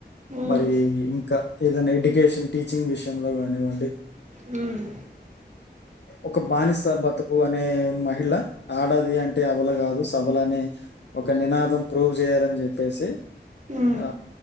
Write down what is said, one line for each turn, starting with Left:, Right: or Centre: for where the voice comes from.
Right: ఉమ్
Left: మరి ఇంకా ఏదైనా ఎడ్యుకేషన్ టీచింగ్ విషయంలో గానివ్వండి.
Right: మ్మ్
Left: ఒక బానిస బతుకు అనే మహిళ ఆడది అంటే అబల కాదు సబలనే ఒక నినాదం ప్రూవ్ జేయాలని చెప్పేసి
Right: ఉమ్
Left: ఆ